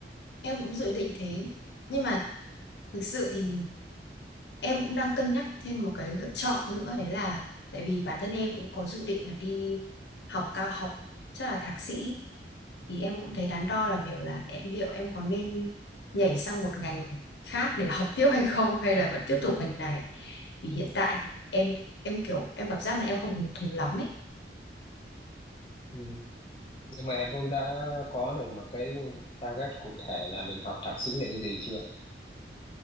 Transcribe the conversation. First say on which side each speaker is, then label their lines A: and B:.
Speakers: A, on the left; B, on the left.
A: em cũng dự định thế. Nhưng mà thực sự thì em cũng đang cân nhắc thêm một cái lựa chọn nữa đấy là tại vì bản thân em cũng có dự định là đi học cao học chắc là thạc sĩ thì em cũng thấy đắn đo là việc là em liệu em có nên nhảy sang một ngành khác để học tiếp hay không hay là vẫn tiếp tục ngành này vì hiện tại thì em em kiểu em cảm giác là em không hứng thú lắm ấy
B: ừ. nhưng mà em cũng đã có được một cái target cụ thể là mình học thạc sĩ là cái gì chưa